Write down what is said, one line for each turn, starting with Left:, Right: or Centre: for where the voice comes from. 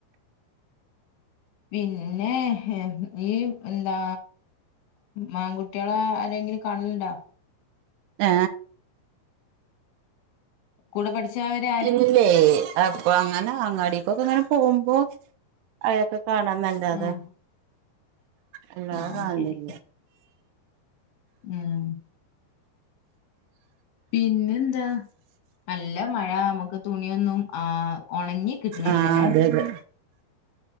Left: പിന്നെ ഈ എന്താ മാൺകുട്ടികള ആരെങ്കിലും കാണാലുണ്ടോ
Right: ഏ
Left: കൂടെ പഠിച്ച അവരാ
Right: ഇല്ലേ അപ്പൊ അങ്ങനെ അങ്ങാടി ഇപ്പൊക്കെ അങ്ങനെ പോകുമ്പോ അയൊക്കെ കാണാന്നല്ലാതെ
Left: ഉം
Right: അല്ലാതെ
Left: ആഹ്
Right: കാണലില്ല
Left: ശരി ഉം പിന്നെ എന്താ നല്ല മഴ നമുക്ക് തുണിയൊന്നും ആ ഉണങ്ങി കിട്ടണില്ലല്ലേ
Right: ആഹ അതെ അതെ